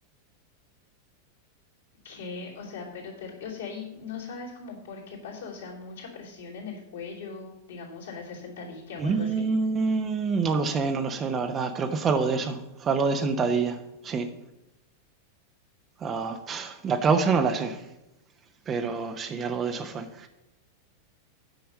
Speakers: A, on the left; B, on the right.
A: Que, o sea, pero te, o sea, y no sabes como por qué pasó, o sea, mucha presión en el cuello, digamos, al hacer sentadilla
B: Mm,
A: o algo así.
B: no lo sé, no lo sé, la verdad. Creo que fue algo de eso. Fue algo de sentadilla. Sí. Ah, pf, la causa no la sé, pero sí, algo de eso fue.